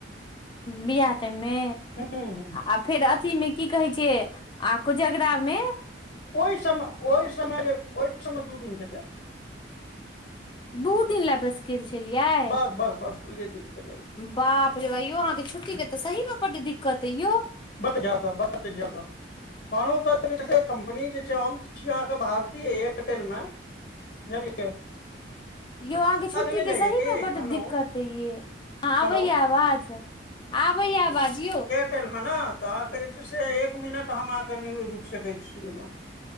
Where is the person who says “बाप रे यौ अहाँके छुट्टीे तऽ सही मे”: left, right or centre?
Left